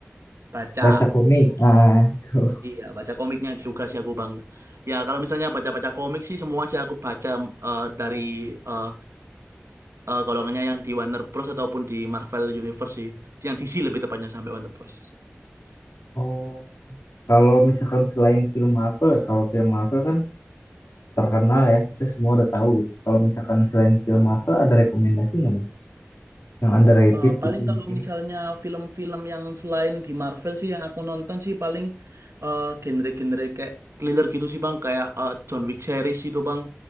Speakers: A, on the right; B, on the left.
A: Baca.
B: Baca komik. Ah, tuh.
A: Iya, baca komiknya juga sih aku Bang. Ya, kalau misalnya baca-baca komik sih semua sih aku baca eh, dari eh, eh kalau nggaknya yang di Warner Bros ataupun di Marvel Universe sih. Yang DC lebih tepatnya sampai Warner Bros.
B: Oh. Kalau misalkan selain film Marvel, ya, kalau film Marvel kan terkenal ya, kita semua udah tahu gitu. Kalau misalkan selain film Marvel, ada rekomendasi nggak bang? Yang underrated
A: Eh, paling
B: gitu
A: kalau
B: mungkin.
A: misalnya film-film yang selain di Marvel sih yang aku nonton sih paling eh, genre-genre kayak Thriller gitu sih bang, kayak eh, John Wick series itu bang.